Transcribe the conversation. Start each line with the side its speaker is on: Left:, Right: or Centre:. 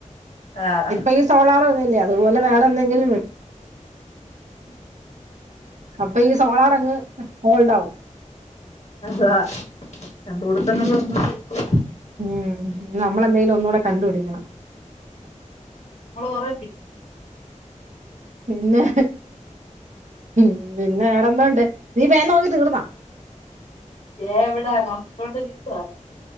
Left: ആഹ്
Right: ഇപ്പൊ ഈ സോളാർ വന്നില്ലേ അതുപോലെ വേറെ എന്തെങ്കിലും വരും അപ്പൊ ഈ സോളാറങ്ങ് സോൾഡ് ആകും
Left: അതാ കണ്ടുപിടിത്തങ്ങൾ നടന്നു കൊണ്ടിരിക്കുവല്ലേ
Right: ഉം നമ്മളെന്തെിലും ഒന്നുകൂടെ കണ്ടുപിടിക്കണം
Left: നമ്മള് കൊറേ
Right: പിന്നെ ഉം പിന്നെ വേറെന്തുണ്ട് നീ പേൻ നോക്കി തീർന്നാ
Left: എവിടാ നോക്കിക്കൊണ്ടിരിക്കുവാ